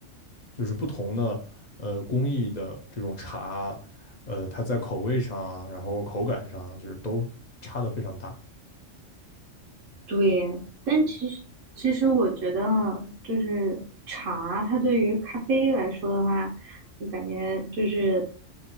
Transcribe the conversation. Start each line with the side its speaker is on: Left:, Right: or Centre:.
Left: 就是不同的呃工艺的这种茶，呃，它在口味上啊然后口感上啊就是都差的非常大。
Right: 对。但其实其实我觉得就是茶，它对于咖啡来说的话，我感觉就是